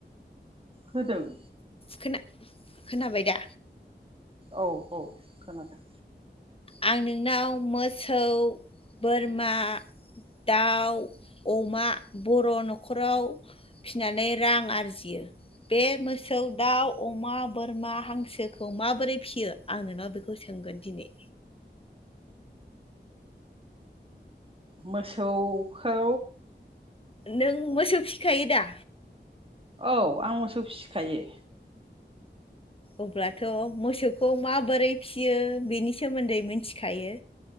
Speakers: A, on the right (about 30°); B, on the left (about 30°).
A: होदों।
B: खोना खोनाबाय दा?
A: औ औ खोनादों।
B: आं नोंनाव मोसौ बोरमा दाउ अमा बर' न'खराव फिनानै रां आरजियो बे मोसौ दाउ अमा बोरमा हांसोखौ माबोरै फिसियो आं नोंनाव बेखौ सोंगोन दिनै।
A: मोसौ खौ
B: नों मोसौ फिखायो दा?
A: औ आं मोसौ फिसिखायो।
B: अब्लाथ' मोसौखौ माबोरै फियो बेनि सोमोन्दै मिथिखायो?